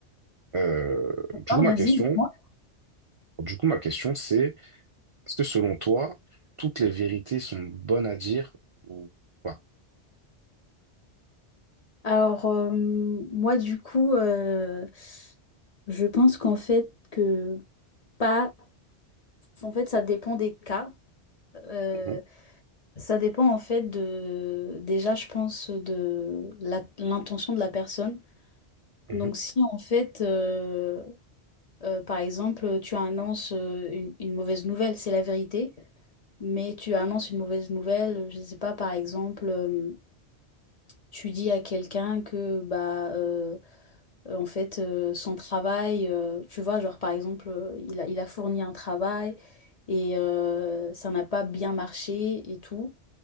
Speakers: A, on the right; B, on the left.
A: Euh,
B: D'accord,
A: du coup, ma
B: vas-y,
A: question,
B: dis-moi.
A: Du coup, ma question, c'est, est-ce que selon toi, toutes les vérités sont bonnes à dire ou pas?
B: Alors, euh, moi, du coup, euh, je pense qu'en fait, que pas. En fait, ça dépend des cas. Euh,
A: Mhm,
B: ça dépend, en fait, de. Déjà, je pense, de la- l'intention de la personne.
A: mhm,
B: Donc, si, en fait, euh, euh, par exemple, tu annonces euh, une, une mauvaise nouvelle, c'est la vérité, mais tu annonces une mauvaise nouvelle, je ne sais pas, par exemple, euh, tu dis à quelqu'un que, bah. euh, euh, en fait, euh, son travail. euh, tu vois, genre, par exemple, euh, il a, il a fourni un travail et euh, ça n'a pas bien marché et tout.